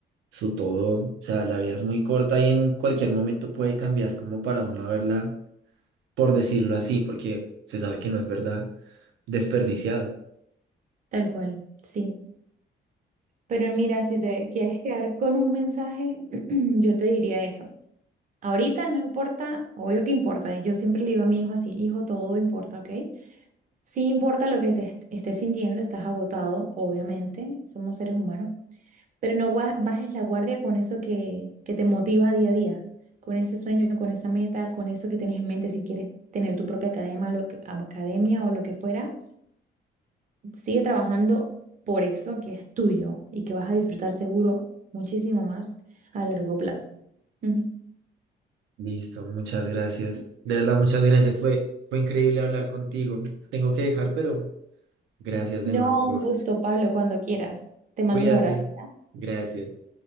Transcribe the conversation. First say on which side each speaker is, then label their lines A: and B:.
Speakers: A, on the right; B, on the right.
A: su todo. O sea, la vida es muy corta y en cualquier momento puede cambiar como para uno verla, por decirlo así, porque se sabe que no es verdad, desperdiciado.
B: tal cual, sí. Pero mira, si te quieres quedar con un mensaje, <clears throat> yo te diría eso. Ahorita no importa, obvio que importa, yo siempre le digo a mi hijo así, hijo, todo importa, ¿ok? Sí importa lo que te est- estés sintiendo, estás agotado, obviamente, somos seres humanos, pero no gua- bajes la guardia con eso que, que te motiva día a día, con ese sueño, con esa meta, con eso que tienes en mente, si quieres tener tu propia academia, lo que- academia o lo que fuera, sigue trabajando por eso que es tuyo y que vas a disfrutar seguro muchísimo más a largo plazo. Ujú.
A: Listo, muchas gracias. De verdad, muchas gracias. Fue, fue increíble hablar contigo. Tengo que dejar, pero gracias de
B: No,
A: nuevo por...
B: un gusto, Pablo, cuando quieras. Te mando
A: Cuídate.
B: un abrazo.
A: Gracias.